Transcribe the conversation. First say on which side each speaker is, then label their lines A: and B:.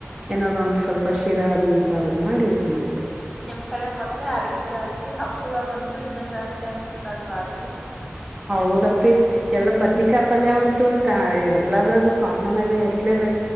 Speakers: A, on the right; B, in the centre.
A: ಏನಾದ್ರು ಒಂದ್
B: ಹಾ
A: ಸ್ವಲ್ಪ ಶಿರಾ ಅದು ಈ ತರದ್ ಮಾಡಿ ಇ ಮಾಡ್ತೇವಿ
B: ನಿಮ್ ಕಡೆ ಮೊದ್ಲೆ ಅಡ್ಗ ಜಾಸ್ತಿ ಹಬ್ಗಳಗಂರು ಇನ್ನುೂ ಜಾಸ್ತಿ ಅನ್ಸತ್ತಲ್ವಾ ಅಡ್ಗೆ
A: ಹೌದಪ್ಪಿ ಎಲ್ಲ ಬದ್ನಿಕಾಪಲ್ಯವಂತು ಕ ಎಲ್ಲದ್ರಗು ಕಾಮನ್ ಆಗೇ ಇರ್ಲ ಬ